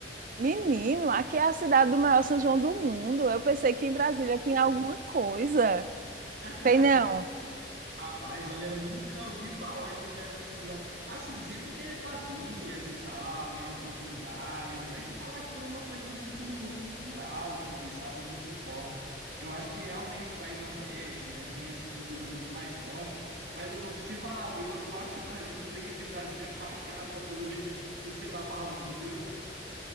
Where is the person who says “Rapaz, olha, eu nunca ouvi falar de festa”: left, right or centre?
Right